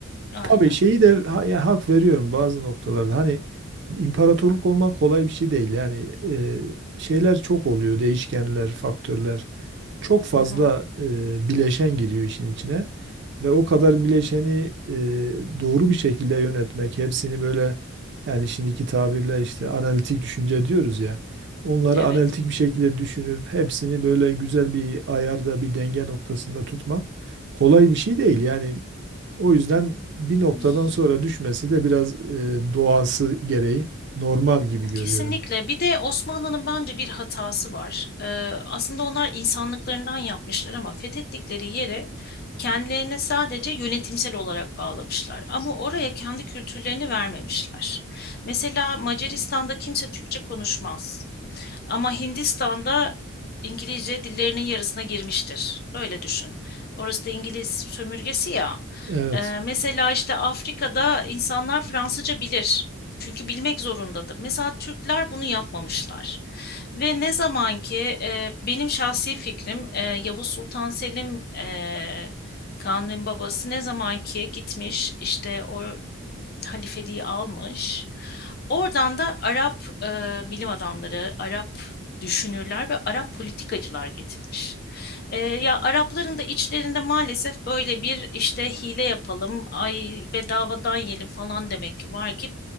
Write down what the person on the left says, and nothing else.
Aynen.
Hı hı.
Evet.
Y-
Kesinlikle. Bir de Osmanlı'nın bence bir hatası var. Ee, aslında onlar insanlıklarından yapmışlar ama fethettikleri yeri kendilerine sadece yönetimsel olarak bağlamışlar. Ama oraya kendi kültürlerini vermemişler. Mesela Macaristan'da kimse Türkçe konuşmaz. Ama Hindistan'da İngilizce dillerinin yarısına girmiştir. Öyle düşün. Orası da İngiliz sömürgesi ya.
Ee, mesela işte Afrika'da insanlar Fransızca bilir. Çünkü bilmek zorundadır. Mesela Türkler bunu yapmamışlar. Ve ne zaman ki e, benim şahsi fikrim e, Yavuz Sultan Selim e, Kanuni'nin babası ne zaman ki gitmiş işte o m, halifeliği almış. Oradan da Arap e, bilim adamları, Arap düşünürler ve Arap politikacılar getirmiş. Ee, ya Arapların da içlerinde maalesef böyle bir işte hile yapalım, ay bedavadan yiyelim falan demek ki var ki